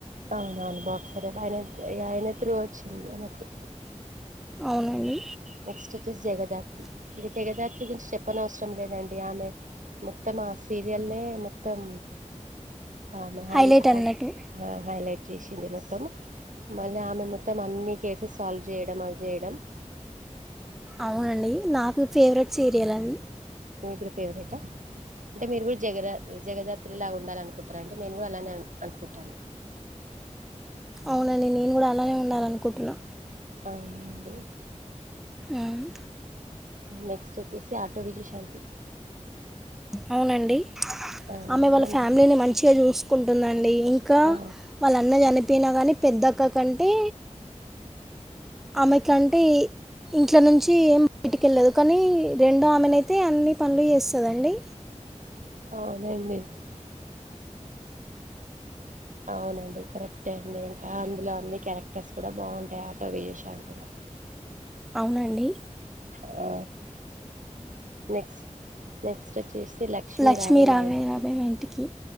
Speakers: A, on the right (about 85°); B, in the centre.
A: అవునవును బాక్సరే ఆయన ఇగ ఆయన త్రూ ఒచ్చింది అమెకు
B: అవునండి
A: నెక్స్ట్ ఒచ్చేసి జగదాత్రి ఇగ జగదాత్రి గుంచి చెప్పనవసరం లేదండి ఆమె మొత్తం ఆ సీరియల్నే మొత్తం ఆమె హై
B: హైలైట్
A: హై
B: అన్నట్టు
A: హ హైలేట్ చేసింది మొత్తం మళ్ళి ఆమె మొత్తం అన్ని కేసెస్ సాల్వ్ జేయడం అ జేయడం
B: అవునండి నాకు ఫేవరెట్ సీరియల్ అన్
A: మీగూడ ఫేవరెటా అంటే మీరు గూడా జగరా జగదాత్రిలా ఉన్ ఉండాలనుకుటరా అండి నేను గూ అలానే అన్ అనుకుటాను
B: అవునండి నేన్ గూడా అలానే ఉండాలనుకుటునా
A: అవునా అండి
B: ఊమ్
A: నెక్స్ట్ ఒచ్చేసి ఆటో విజయశాంతి
B: అవునండి
A: ఆ
B: ఆమె వాళ్ళ
A: అండి
B: ఫ్యామిలీని మంచిగా చూసుకుంటుందండి ఇంకా
A: ఆ
B: వాళ్ళ అన్న చనిపోయినా కానీ పెద్దక్క కంటే ఆమె కంటే ఇంట్ల నుంచి ఏం బయటికె వెళ్ళదు కానీ రెండడు ఆమెనుయితే అన్ని పనులు చేస్తుందిండి
A: అవునండి అవునండి కరెక్ట్ే అండి ఇంకా అందులో అన్ని క్యారెక్టర్స్ కూడా బాగుంటాయి ఆటో విజషాలో
B: అవునండి
A: హా నేస్ నెక్స్ట్ వచ్చే చేస్తే లక్ష్మీరావే
B: లక్ష్మి రావే
A: మా ఇంటికి
B: రావే మా ఇంటికి